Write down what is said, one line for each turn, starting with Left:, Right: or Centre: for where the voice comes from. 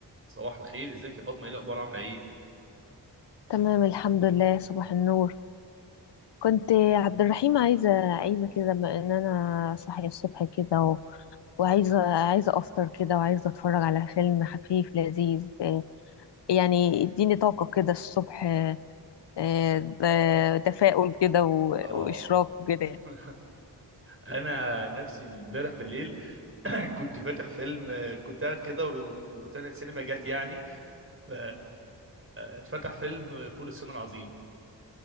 Right: صباح الخير ازيك يا فاطمه ايه الاخبار عامله ايه
Left: تمام الحمد لله صباح النور كنت عبد الرحيم عايزة عايزة كده بما ان انا صاحية الصبح كده و... وعايزة عايزة افطر كده وعايزة اتفرج على فيلم خفيف لذيذ آه، يعني اديني طاقة كده الصبح آه، آه، تفاؤل كده و...
Right: اه
Left: واشراق كده
Right: <laughs>
Left: يعني
Right: انا نفسي امبارح بالليل <clears throat> كنت فاتح فيلم آه، كنت قاعد كده ور- وروتانا السينما جت يعني ف اتفتح فيلم فول الصين العظيم